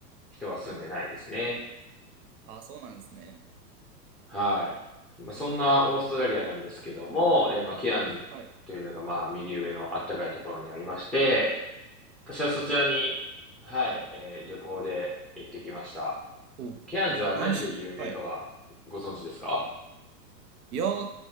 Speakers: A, in the centre; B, on the right.
A: 人は住んでないですね。
B: ああ、そうなんですね。
A: はい。まあ、そんなオーストラリアなんですけども、えーまあ、ケアンズというのがまあ右上のあったかいところにありまして、
B: はい。
A: 私はそちらに、はい、えー旅行で行ってきました。
B: おう。
A: ケアンズは何で有名かはご存知ですか
B: なんし、はい。いやー、